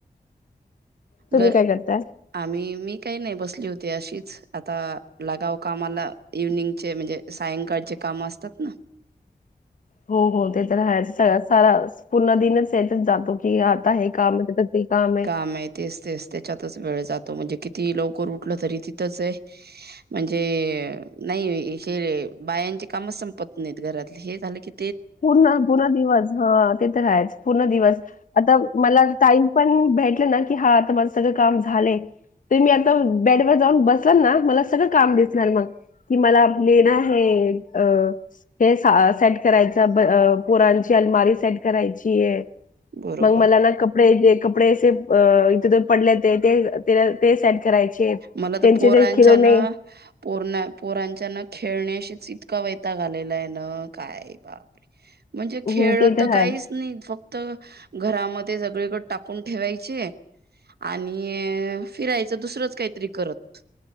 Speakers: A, on the left; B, on the right.
A: तुम्ही
B: ग
A: काय करताय.
B: आम्ही मी काय नाय बसली होती अशीच. आता लागाव कामाला. इव्हनिंगचे मजे सायंकाळचे काम असतात ना.
A: हो हो ते तर हायच सगळं- सारा पूर्ण दिनच ह्यातच जातो की आता हे काम हाय त्या ते काम हाय
B: आमह तेस तेस त्याच्यातच वेळ जातो म्हणजे कितीही लवकर उठलं तरी तिथंच हाय म्हणजे नाय हे बायांचे कामच संपत नाहीत घरातले हे झालं कि-
A: पूर्ण पूर्ण दिवस हा ते तर हायच पूर्ण दिवस आता मला- टाईम पण भेटले ना की हा आता माझ सगळं काम झालंय. ते मी आता बेडवर जाऊन बसन ना मला सगळं काम दिसणार मग. कि मला आपले ना हे अ सेट करायच. पोरोची अलमारी सेट करायची
B: बरोबर
A: मग मला. ना ते जे कपडे असे अ इथ पडले ते ते ते सेट करायचे.
B: मला तर
A: त्यांचे
B: पोरांच्या
A: ते खिलोने
B: ना. पोरना पोरांच्याना खेळण्याशीच इतका वयताग आलेला ना काय बा. म्हणजे
A: हं,
B: खेळ
A: ते
B: तर काहीच
A: आहेत
B: नई फक्त घरामध्ये सगळीकड टाकून ठेवायचे- आणि फिरायचं दुसरंच- कायतरी करत